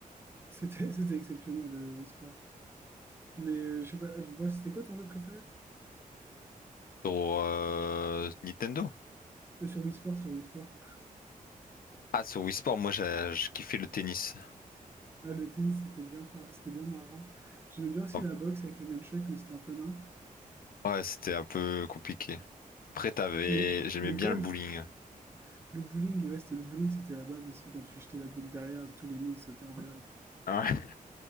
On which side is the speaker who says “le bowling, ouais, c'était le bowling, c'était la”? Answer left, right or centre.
Right